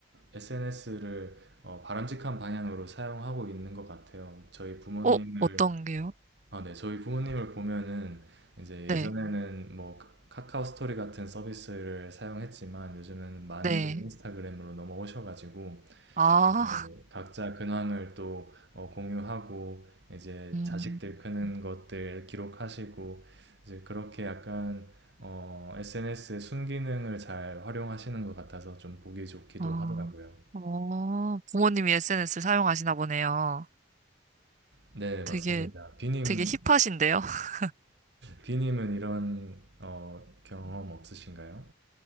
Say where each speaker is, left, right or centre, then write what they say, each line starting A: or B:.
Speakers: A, on the right; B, on the right.
A: SNS를 바람직한 방향으로 사용하고 있는 것 같아요. 저희 부모님을
B: 어, 어떤 게요?
A: 아, 네, 저희 부모님을 보면은 이제
B: 네.
A: 예전에는 뭐 카- 카카오 스토리 같은 서비스를 사용했지만 요즘은 많이들
B: 네.
A: 인스타그램으로 넘어오셔가지고
B: 아,
A: 이제 각자 근황을 또 어, 공유하고 이제
B: 음,
A: 자식들 크는 것들 기록하시고 이제 그렇게 약간 SNS의 순기능을 잘 활용하시는 것 같아서 좀 보기 좋기도
B: 아,
A: 하더라고요.
B: 어, 부모님이 SNS를 사용하시나 보네요.
A: 네, 맞습니다.
B: 되게,
A: 비님,
B: 되게 힙하신데요? <laughs>
A: 비님은 이런 어, 경험 없으신가요?